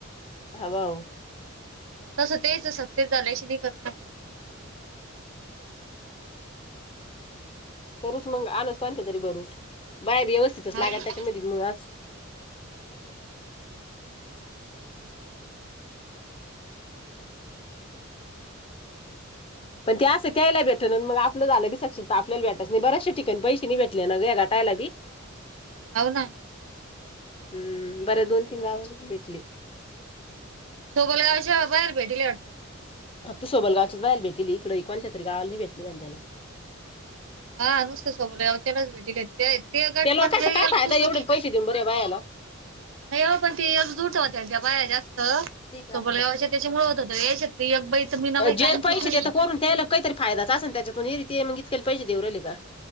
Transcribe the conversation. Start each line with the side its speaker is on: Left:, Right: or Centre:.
Left: हाव हाव.
Right: तसं तेच सक्सेस झाल्याशी नाही करू
Left: करूस मग आणच कोणते तरी बरूस बाया बी व्यवस्थितच
Right: हाव
Left: लागात
Right: ना
Left: त्याच्यामध्ये मग आज पण ते असं त्या याला भेटण मग आपलं झालं बी सक्सेस. आपल्याला वेटर्सना बऱ्याचशा ठिकाणी पैसे नाही भेटले ना ग <unintelligible> बी
Right: हाव ना.
Left: हम्म बरं दोन तीन गाव घेतली.
Right: सोगल गावचे अ बाहेर भेटले वाटतं
Left: फक्त सोबल गावाच्या बघायला भेटली इकडे एक कोणत्या तरी गावाला नाही भेटली म्हण त्यांना.
Right: हां नुसते सोबल गावच्यालाच भेटीले ते ते गट
Left: त्या लोकांचा
Right: पण लई
Left: काय
Right: एकजूट
Left: फायदा एवढे पैसे देऊन बरे बायाला
Right: नाही हो पण ती एकजुट होते ना त्या बाया जास्त सोबल
Left: त्या
Right: गावच्या त्याच्यामूळं होत होतं यायच्या ती एक बाई मीनाबाई
Left: जे
Right: कायमचीच
Left: पैसे
Right: नाही.
Left: देत करून त्याला काहीतरी फायदाचं असन त्याच्यातून येई री ती मग इतकली पैसे देऊ राहिली का?